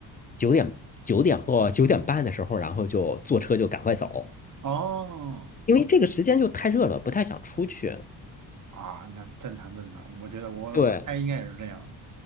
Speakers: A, on the left; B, on the right.
A: 九点九点或九点半的时候，然后就坐车就赶快走，
B: 哦
A: 因为这个时间就太热了，不太想出去。
B: 啊，那正常正常，我觉得我我猜应该也是这样。
A: 对。